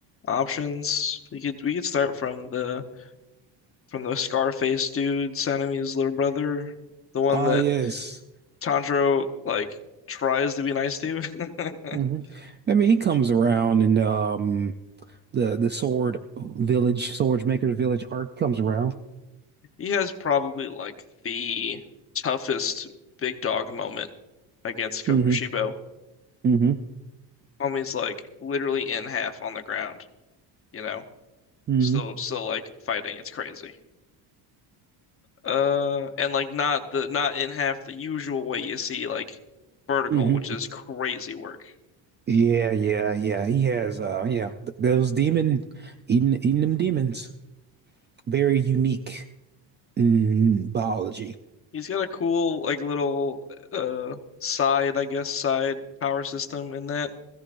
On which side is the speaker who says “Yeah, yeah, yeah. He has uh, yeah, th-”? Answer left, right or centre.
Right